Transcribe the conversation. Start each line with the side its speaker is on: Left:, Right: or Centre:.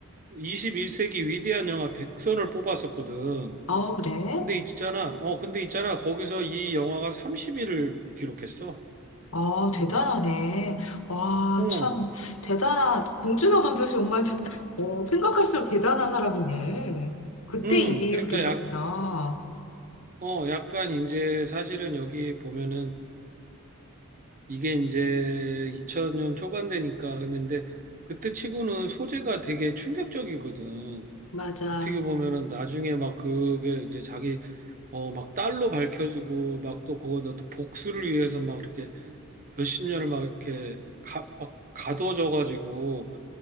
Right: 21세기 위대한 영화 100선을 뽑았었거든.
Left: 어, 그래?
Right: 근데 있잖아, 어, 근데 있잖아, 거기서 이 영화가 30위를 기록했어.
Left: 어, 대단하네. 와,
Right: 어,
Left: 참, 대단한, 봉준호 감독이 정말, <laughs> 어, 생각할수록 대단한 사람이네. 그때
Right: 음,
Left: 이미
Right: 그러니까
Left: 그랬었구나.
Right: 약, 어, 약간 이제 사실은 여기 보면은 이게 이제 2000년 초반 되니까 그랬는데 그때 치고는 소재가 되게 충격적이거든.
Left: 맞아.
Right: 어떻게 보면은 나중에 막 그게 이제 자기, 어, 막 딸로 밝혀지고 막 또 그거 또 복수를 위해서 막 이렇게 몇십 년을 막 이렇게 가, 막 가둬져 가지고